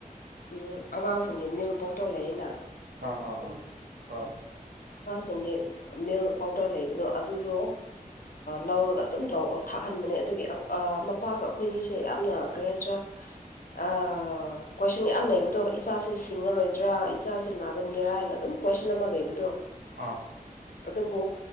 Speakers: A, on the left; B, on the right.
A: ꯎꯝ ꯑꯉꯥꯡꯁꯤꯡꯒꯤ ꯃꯤꯜꯛ ꯕꯣꯇꯜ ꯂꯩꯌꯦꯅ
B: ꯑꯥ ꯑꯥ ꯑ ꯍꯣꯏ
A: ꯁꯤꯡꯒꯤ ꯃꯤꯜꯛ ꯄꯥꯎꯗꯔ ꯂꯩꯕꯗꯣ ꯑꯗꯨꯗꯣ ꯂꯧꯔꯒ ꯑꯗꯨꯝ ꯇꯧ ꯊꯥꯛꯍꯟꯕꯅꯦ ꯑꯗꯨꯒꯤ ꯃꯄꯥꯒ ꯑꯩꯈꯣꯏꯅꯤꯁꯦ ꯌꯥꯝꯅ ꯀꯔꯤ ꯍꯥꯏꯁꯦꯔꯥ ꯑ ꯀꯣꯏꯁꯟ ꯌꯥꯝ ꯂꯩꯕꯗꯣ ꯏꯆꯥꯁꯤ ꯁꯤꯡꯉꯔꯣꯏ ꯇ꯭ꯔꯥ ꯏꯆꯥꯁꯤ ꯅꯥꯒꯟꯒꯦꯔꯥ ꯍꯥꯏꯅ ꯑꯗꯨꯝ ꯀꯣꯏꯁꯟ ꯑꯃ ꯂꯩꯕꯗꯣ
B: ꯑꯥ
A: ꯑꯗꯨꯕꯨ